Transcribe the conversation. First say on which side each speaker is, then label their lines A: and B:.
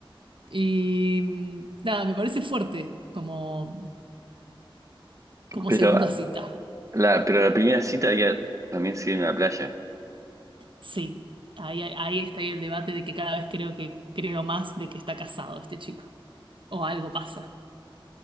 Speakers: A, on the right (about 65°); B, on the right (about 35°).
A: y mm, nada, me parece fuerte como, como
B: Pero
A: segunda cita.
B: la, pero la primera cita había también sido en la playa.
A: Sí, ahí, ahí ahí está ahí el debate de que cada vez creo que creo más de que está casado este chico o algo pasa.